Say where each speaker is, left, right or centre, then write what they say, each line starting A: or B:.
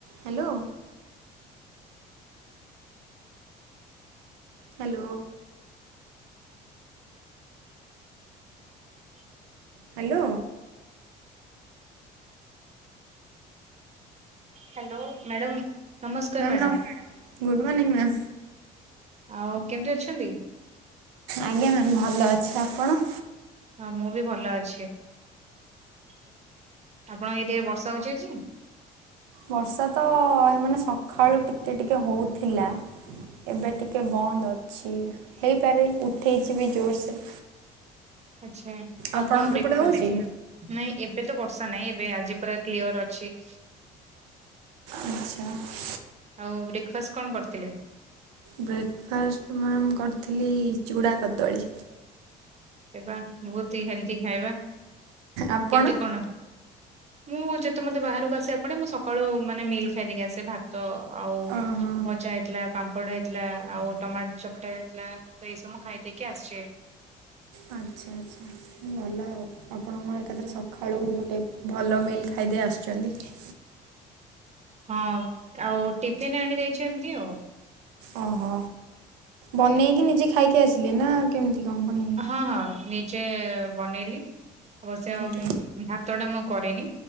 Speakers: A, on the right; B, on the right.
A: Hello hello
B: <inaudible>
A: hello
B: hello madam ନମସ୍କାର
A: ma'am
B: madam.
A: ନ Good morning ma'am.
B: ଆଉ କେମିତି ଅଛନ୍ତି?
A: ଆଜ୍ଞା ମ୍ୟାମ୍ ଭଲ ଅଛି ଆପଣ?
B: ହଁ ମୁଁ ବି ଭଲ ଅଛି ଆପଣଙ୍କ ଏରିଆରେ ବର୍ଷା ହଉଛି ଆଜି?
A: ବର୍ଷା ତ ମାନେ ସକାଳୁ ଟିକେ ଟିକେ ହଉଥିଲା ଏବେ ଟିକେ ବନ୍ଦ ଅଛି ହେଇପାରେ ଉଠେଇଛି ବି ଜୋରସେ।
B: ଆଚ୍ଛା ଆଉ
A: ଆପଣଙ୍କ
B: କଣ ବ୍ରେକ
A: ସେପଟେ ହଉଛି?
B: ଫାଷ୍ଟ ଥିଲା? ନାଇଁ ଏବେ ତ ବର୍ଷା ନାହିଁ ଏବେ ଆଜି ପୁରା କ୍ଲିୟର ଅଛି।
A: ଆଚ୍ଛା
B: ଆଉ ବ୍ରେକ ଫାଷ୍ଟ କଣ କରିଥିଲେ?
A: ବ୍ରେକ ଫାଷ୍ଟ ମ୍ୟାମ କରିଥିଲି ଚୁଡ଼ା କଦଳୀ
B: ହେବା ବହୁତ ହି ହେଲ୍ଦି ଖାଇବା
A: ଆପଣ?
B: କେମିତି କଣ? ମୁଁ ଯେତେ ମୋତେ ବାହାରକୁ ଆସିବା ପଡେ ମୁଁ ସକାଳୁ ମାନେ ମିଲ୍ ଖାଇ ଦେଇକି ଆସେ ଭାତ ତ ଆଉ
A: ଓହୋ
B: ଭଜା ହେଇଥିଲା ପାମ୍ପଡ଼ ହେଇଥିଲା ଆଉ ଟମାଟୋ ଚକଟା ହେଇଥିଲା ସେ ସମୁ ଖାଇଦେଇକି ଆସିଛି।
A: ଆଚ୍ଛା ଆଚ୍ଛା ଭଲ ଆଉ। ଆପଣଙ୍କର ଏକାଥରେ ସକାଳୁ ଗୋଟେ ଭଲ ମିଲ୍ ଖାଇଦେଇ ଆସୁଛନ୍ତି।
B: ହଁ ଆଉ ଆଉ ଟିଫିନ୍ ଆଣିଦେଇଛନ୍ତି ଆଉ।
A: ଓହୋ ବନେଇକି ନିଜେ ଖାଇକି ଆସିଲେ ନା କେମିତି କଣ ପୁଣି।
B: ହଁ ହଁ ନିଜେ ବନେଇଲି ଅବଶ୍ୟ
A: ଆଜ୍ଞା
B: ଭାତ ତଟା ମୁଁ କରେନି